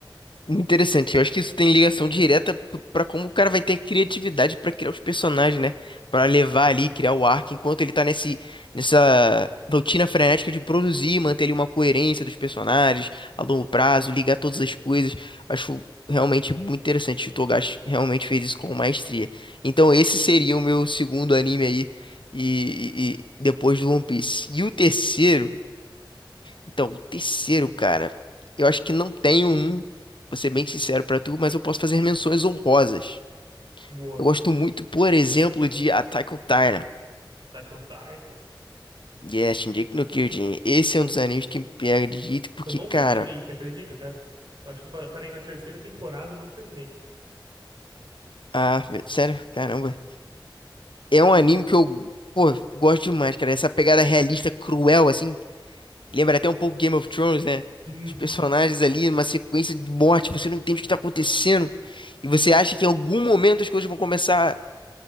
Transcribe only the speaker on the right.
Boa.
Attack on Titan.
Pô,
Eu não
terminei, você acredita, cara? Eu acho que eu pa- parei na terceira temporada, e não terminei.
Sim.